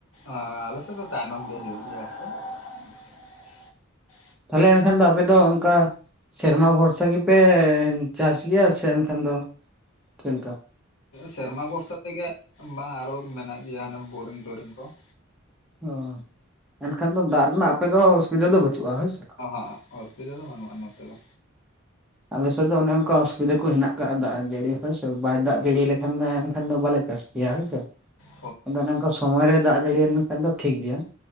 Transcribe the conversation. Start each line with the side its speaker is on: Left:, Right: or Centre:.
Left: ᱟᱻ ᱟᱞᱮ ᱥᱮᱫ ᱫᱚ ᱛᱟᱭᱱᱚᱢ ᱜᱮ ᱦᱩᱭᱩᱜ ᱜᱮᱭᱟ ᱥᱮ <inaudible>
Centre: ᱛᱟᱞᱦᱮ ᱮᱱᱠᱷᱟᱱ ᱫᱚ ᱟᱯᱮ ᱫᱚ ᱚᱱᱠᱟ ᱥᱮᱨᱢᱟ ᱵᱷᱚᱨᱥᱟ ᱜᱮᱯᱮ ᱪᱟᱥ ᱜᱮᱭᱟ ᱥᱮ ᱮᱱᱠᱷᱟᱱ ᱫᱚ ᱪᱮᱞᱠᱟ
Left: ᱥᱮᱨᱢᱟ ᱵᱷᱚᱨᱥᱟ ᱛᱮᱜᱮ ᱢᱟ ᱟᱨᱚ ᱢᱮᱱᱟᱜ ᱜᱮᱭᱟ ᱦᱟᱱᱮ ᱵᱳᱨᱤᱝ ᱴᱳᱨᱤᱝ ᱠᱚ ᱾
Centre: ᱚ ᱮᱱᱠᱷᱟᱱ ᱫᱚ ᱫᱟᱜ ᱨᱮᱱᱟᱜ ᱟᱯᱮ ᱫᱚ ᱚᱥᱩᱵᱤᱫᱟ ᱫᱚ ᱵᱟᱹᱪᱩᱜᱼᱟ ᱦᱳᱭ ᱥᱮ
Left: ᱚᱦᱚ ᱚᱥᱩᱵᱤᱫᱟ ᱫᱚ ᱵᱟᱹᱱᱩᱜᱼᱟ ᱱᱚᱛᱮ ᱫᱚ।
Centre: ᱟᱞᱮᱥᱮᱫ ᱫᱚ ᱚᱱᱮ ᱚᱱᱠᱟ ᱚᱥᱩᱵᱤᱫᱟ ᱠᱚ ᱦᱮᱱᱟᱜ ᱟᱠᱟᱜᱼᱟ ᱫᱟᱜ ᱡᱟᱹᱲᱤ ᱦᱳᱭ ᱥᱮ ᱵᱟᱭ ᱫᱟᱜ ᱡᱟᱹᱲᱤ ᱞᱮᱠᱷᱟᱱ ᱫᱚ ᱮᱱᱠᱷᱟᱱ ᱫᱚ ᱵᱟᱞᱮ ᱪᱟᱥ ᱜᱮᱭᱟ ᱦᱳᱭ ᱥᱮ
Left: <unintelligible>
Centre: ᱟᱫᱚ ᱚᱱᱮ ᱝᱠᱟ ᱥᱚᱢᱚᱭ ᱨᱮ ᱫᱟᱜ ᱡᱟᱹᱲᱤᱭᱟ ᱞᱮᱱᱠᱷᱟᱱ ᱫᱚ ᱴᱷᱤᱠ ᱜᱮᱭᱟ᱾